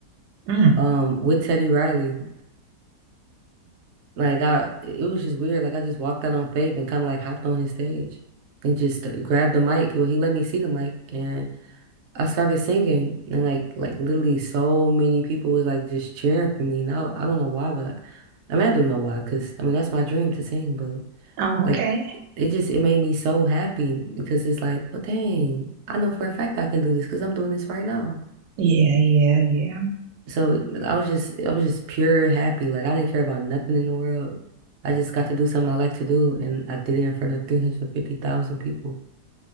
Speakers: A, on the right; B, on the right.
A: Mm.
B: um with Teddy Riley like I it was just weird like I just walked out on faith and kind of like hopped on his stage and just grabbed the mic well he let me see the mic and I started singing and like like literally so many people was like just cheering for me. And I, I don't know why, but I, I mean I do know why, because I mean that's my dream to sing, but
A: Oh,
B: like
A: okay.
B: it just it made me so happy because it's like, well dang, I know for a fact I can do this because I'm doing this right now.
A: Yeah, yeah, yeah.
B: So I was just I was just pure happy. Like I didn't care about nothing in the world. I just got to do something I like to do and I did it in front of 350,000 people.